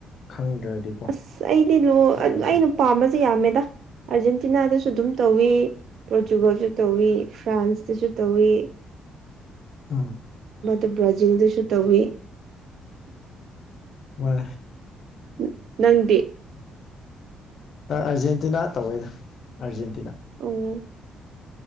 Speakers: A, on the left (about 60°); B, on the right (about 70°).
A: ꯈꯪꯗ꯭ꯔꯗꯤꯀꯣ
B: ꯑꯁ ꯑꯩꯗꯤ ꯅ
A: ꯅꯨꯡꯉꯥꯏꯇꯕꯅꯤ
B: ꯑꯩꯅ ꯄꯥꯝꯕꯁꯦ ꯌꯥꯝꯃꯦꯗ ꯑꯥꯔꯖꯦꯟꯇꯤꯅꯥꯗꯁꯨ ꯑꯗꯨꯝ ꯇꯧꯋꯤ ꯄꯣꯔꯆꯨꯒꯜꯁꯨ ꯇꯧꯋꯤ ꯐ꯭ꯔꯥꯟꯁꯇꯁꯨ ꯇꯧꯋꯤ
A: ꯑꯝ
B: ꯑ ꯕ꯭ꯔꯥꯖꯤꯜꯗꯁꯨ ꯇꯧꯋꯤ
A: ꯋꯥ
B: ꯎ ꯅꯪꯗꯤ
A: ꯑꯔꯖꯦꯟꯇꯤꯅꯥ ꯇꯧꯋꯦꯗ ꯑꯖꯦꯟ
B: ꯎꯝ